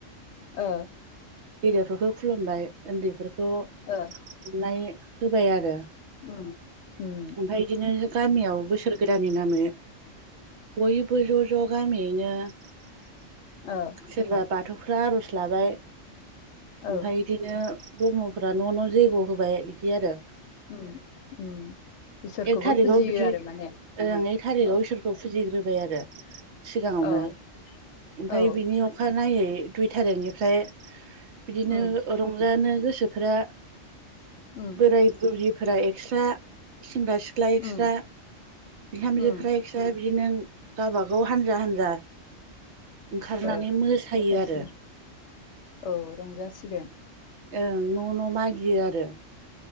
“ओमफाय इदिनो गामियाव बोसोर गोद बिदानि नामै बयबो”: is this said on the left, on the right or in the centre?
Right